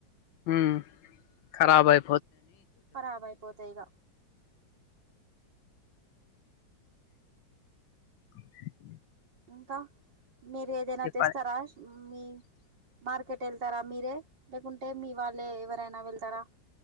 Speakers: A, on the left; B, on the right.
A: ఉ కారబ్ అయ్పో
B: కరాబ్ అయిపోతాయ్ ఇగ
A: అవు
B: ఇంకా మీరు ఏదైనా
A: చెప్పాలి
B: తెస్తారా మీ మార్కెట్ ఎళ్తరా మీరే లేకుంటే మీ వాళ్ళే ఎవరైనా వెళ్తారా